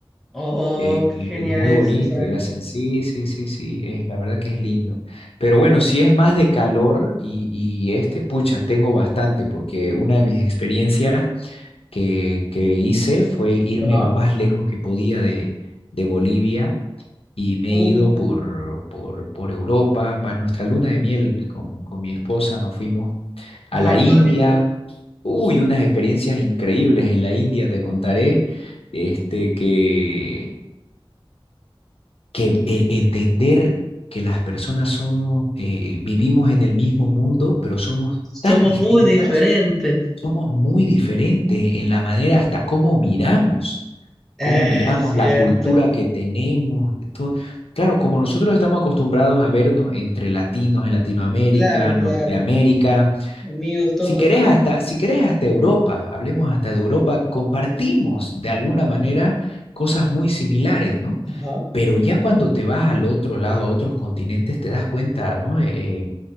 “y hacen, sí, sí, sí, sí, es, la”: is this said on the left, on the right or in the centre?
Left